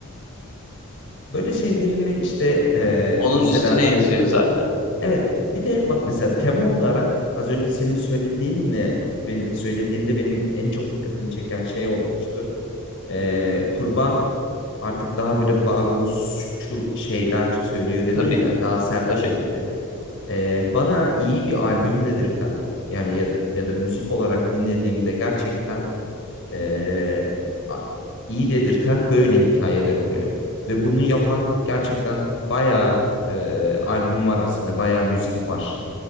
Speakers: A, on the left; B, on the left.
A: Böyle şeylerini işte eee,
B: Onun
A: mesela
B: üstüne yazıyor zaten.
A: evet bir de bak mesela tema olarak az önce senin söylediğinle benim, söylediğinde benim en çok dikkatimi çeken şey olmuştu. Eee, kurban artık daha böyle varoluşçu şeyler söylüyor dedin
B: Tabii
A: ya daha sert
B: tabii.
A: bir şekilde. Eee, bana iyi bir albüm dedirten yani ya, ya da müzik olarak dinlediğimde gerçekten e, a- iyi dedirten böyle hikayeler oluyor. Ve bunu yapan gerçekten bayağı e, albüm var aslında, bayağı müzik var.